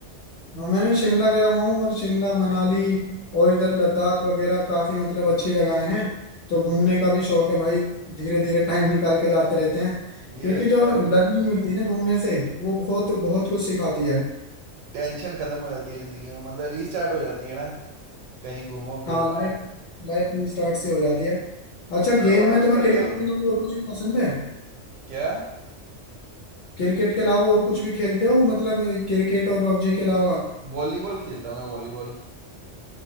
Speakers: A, on the left; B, on the right.
A: हाँ मैंने शिमला गया हुआ हूँ और शिमला मनाली और इधर लद्दाख वगैरह काफी मतलब अच्छी जगहें हैं तो घूमने का भी शौक है भाई धीरे धीरे टाइम निकाल के जाते रहते हैं
B: ये
A: क्योंकि
B: अच्छा
A: जो
B: है
A: लर्निंग
B: ये अच्छा
A: मिलती
B: है
A: है ना घूमने से वो बहुत बहुत कुछ सिखाती है
B: टेंशन खत्म हो जाती है ज़िंदगी में मतलब रीस्टार्ट हो जाती है ना कहीं घूमो फिरो
A: हाँ लाइफ
B: पहाड़ों
A: लाइफ स्टार्ट से हो जाती है अच्छा गेम
B: वहाड़ों
A: में तुम्हें
B: में जाते
A: क्रिकेट
B: हो
A: के अलावा और कुछ भी पसंद है
B: क्या
A: क्रिकेट के अलावा और कुछ भी खेलते हो मतलब क्रिकेट और पबजी के अलावा
B: वॉलीबॉल खेलता हूँ मैं वॉलीबॉल